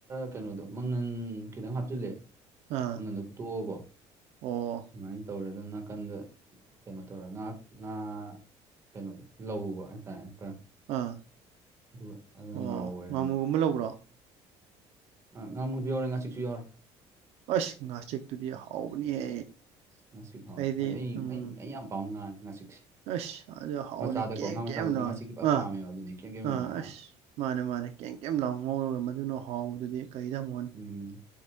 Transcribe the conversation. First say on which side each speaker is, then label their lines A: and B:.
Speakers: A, on the right; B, on the right.
A: ꯀꯩꯅꯣꯗꯣ ꯃꯪꯒꯟ ꯈꯤꯇꯪ ꯍꯥꯞꯆꯤꯜꯂꯦ
B: ꯑꯥ
A: ꯃꯪꯒꯟꯗꯣ ꯄꯨꯊꯣꯛꯑꯣꯀꯣ
B: ꯑꯣ
A: ꯑꯗꯨꯃꯥꯏꯟ ꯇꯧꯔꯒ ꯅꯥꯀꯟꯗ ꯀꯩꯅꯣ ꯇꯧꯔ ꯉꯥ ꯉꯥ ꯀꯩꯅꯣꯗꯣ ꯂꯧꯕ ꯍꯥꯏꯇꯥꯔꯦ ꯈꯔ
B: ꯑꯥ
A: ꯑꯗꯨꯒ ꯑꯗꯨꯅ
B: ꯑꯣ
A: ꯉꯥꯔꯧ ꯑꯣꯏꯔꯦ
B: ꯉꯥꯃꯨꯒꯨꯝꯕ ꯂꯧꯕꯔꯣ
A: ꯑ ꯉꯥꯃꯨꯖꯨ ꯌꯥꯎꯔꯦ ꯉꯥꯆꯤꯛꯁꯨ ꯌꯥꯎꯔꯦ
B: ꯑꯁ ꯉꯥꯆꯤꯛꯇꯨꯗꯤ ꯍꯥꯎꯕꯅꯤꯍꯦ
A: ꯉꯥꯆꯤꯛ ꯍꯥꯎꯌꯦ
B: ꯑꯩꯗꯤ
A: ꯑꯗꯩ
B: ꯎꯝ
A: ꯑꯩ ꯑꯩ ꯌꯥꯝ ꯄꯥꯝ ꯉꯥꯅꯤ ꯉꯥꯆꯤꯛꯁꯦ
B: ꯑꯁ ꯑꯗꯨꯗꯤ ꯍꯥꯎꯕꯅꯤ
A: ꯃꯆꯥꯗꯀꯣ
B: ꯀꯦꯝ
A: ꯉꯥ
B: ꯀꯦꯝ
A: ꯃꯆꯥꯗꯗꯤ
B: ꯂꯥꯎꯅ
A: ꯉꯥꯆꯤꯛ ꯏꯄꯥꯝ
B: ꯑꯥ
A: ꯄꯥꯝꯃꯦꯕ ꯑꯗꯨꯅꯤ ꯀꯦꯝ ꯀꯦꯝ
B: ꯑꯥ
A: ꯂꯥꯎꯔ
B: ꯑꯁ
A: ꯍꯥ
B: ꯃꯥꯅꯦ ꯃꯥꯅꯦ ꯀꯦꯝ ꯀꯦꯝ ꯂꯥꯎꯅ ꯉꯧꯔꯒ ꯃꯗꯨꯅ ꯍꯥꯎꯕꯗꯨꯗꯤ ꯀꯔꯤꯗ ꯍꯪꯉꯨ ꯃꯣꯟ
A: ꯎꯝ